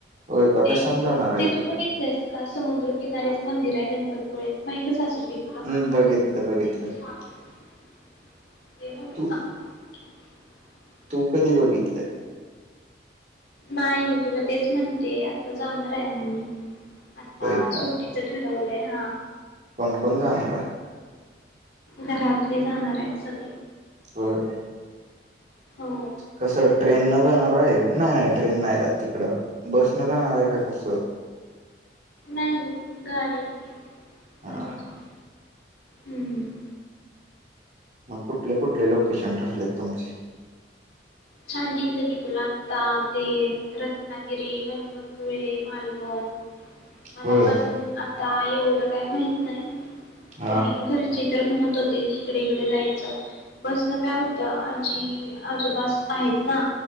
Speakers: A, on the right (about 40°); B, on the left (about 65°).
A: होय का
B: ते
A: कशाने
B: तू
A: जाणार आहे
B: ते
A: तिकड
B: तू बघितलंयस का समुद्रकिनारीच मंदिर आहे गणपती पुळे माहीतच असल ते तुला
A: हम् बघितलं बघितलं
B: <inaudible> <inaudible>
A: तू तू कधी बघितलंय?
B: नाही मी तुला तेच म्हणते आता जाणार आहे आम्ही आता
A: होय का
B: सुट्टीच ठर ठेवलय हा
A: कोण कोण जाणाराय
B: घरातले जाणार आहेत सगळे
A: होय
B: हो
A: कसं ट्रेन न जाणार आहे नाही नाही ट्रेन नाही जात तिकड बस न जाणार आहे का? कसं
B: नाही गाडीने
A: हा
B: घरातले
A: हा.
B: <inaudible> हम्म
A: मग कुठले कुठले लोकेशन ठरलेत तुमचे <inaudible>
B: सांगितलं की तुला आता ते रत्ना गि्री गणपतळे मालवण मला
A: होय
B: पण आता आहे. काय माहित नाही
A: हा
B: ही घरची तर म्हणत होते इकड इकड जायचं बसण काय होतं जी आजूबाजू आहेत ना